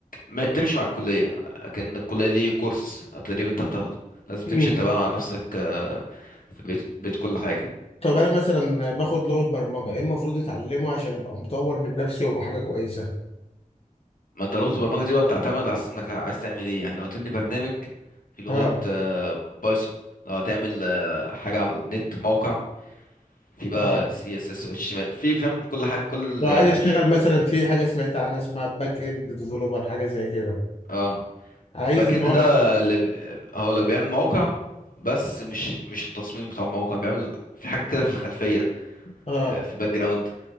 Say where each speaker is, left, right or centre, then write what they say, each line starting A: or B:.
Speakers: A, on the left; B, on the left.
A: ما... تمشي مع الكليه لكن الكليه دي كورس تدريب انت بتاخده لازم تمشي
B: امم
A: انت بقى مع نفسك آه، في بيت, بيت كل حاجه
B: طب انا مثلا باخد لغة برمجة ايه المفروض اتعلمه عشان ابقى مطور من نفسي وابقى حاجة كويسة؟
A: ما انت لغة البرمجة دي بقى بتعتمد على اساس انك عايز تعمل ايه يعني لو هتبني برنامج في لغة
B: اه
A: آه، بايثون لو هتعمل آه، حاجة على النت موقع في بقى
B: اه
A: سي اس اس و HTML في فاهم كل حاجة كل
B: لو عايز
A: اه
B: اشتغل
A: ش-
B: مثلا في حاجه سمعت عنها اسمها باك اند ديفلوبر حاجه زي كده
A: اه.
B: عايز
A: الباك
B: لو
A: اند ده
B: انا
A: اللي بي- هقولك بيعمل موقع بس مش مش التصميم بتاع الموقع بيعمل في حاجات كده في الخلفية
B: اه
A: آه، في الباك جراوند